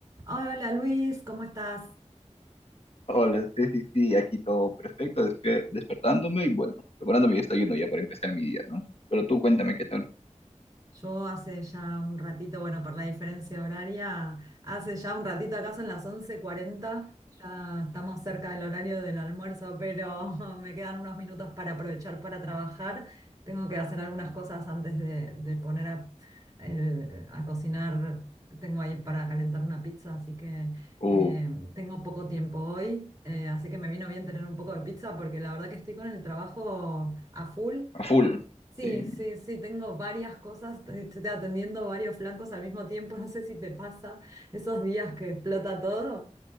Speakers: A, on the right (about 30°); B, on the left (about 55°).
A: Hola Luis, ¿cómo estás?
B: Hola, sí, sí, sí, aquí todo perfecto, despe- despertándome y bueno, preparando mi desayuno ya para empezar mi día, ¿no? Pero tú cuéntame qué tal.
A: Yo hace ya un ratito, bueno, por la diferencia horaria, hace ya un ratito acá son las once cuarenta ya estamos cerca del horario del almuerzo, pero <laughs> me quedan unos minutos para aprovechar para trabajar. Tengo que hacer algunas cosas antes de, de poner a, el- a cocinar. Tengo ahí para calentar una pizza, así que
B: Uh,
A: eh, tengo poco tiempo hoy, eh, así que me vino bien tener un poco de pizza porque la verdad que estoy con el trabajo a full.
B: a full.
A: Sí,
B: Sí.
A: sí, sí, tengo varias cosas, te- estoy atendiendo varios flancos al mismo tiempo, no sé si te pasa esos días que explota todo.